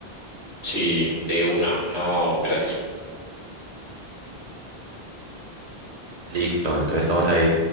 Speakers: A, on the left; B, on the right.
A: sí, de una. No, gracias.
B: Listo, entonces estamos ahí.